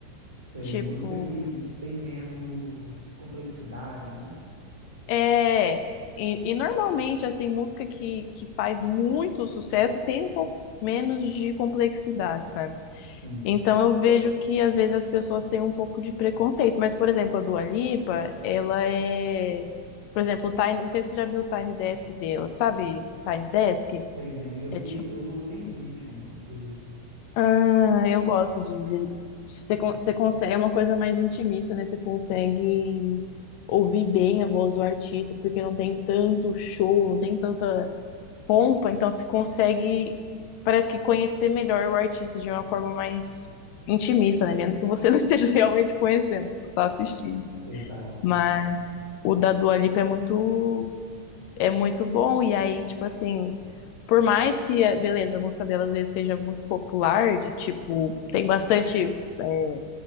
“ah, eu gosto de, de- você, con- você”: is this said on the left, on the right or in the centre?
Left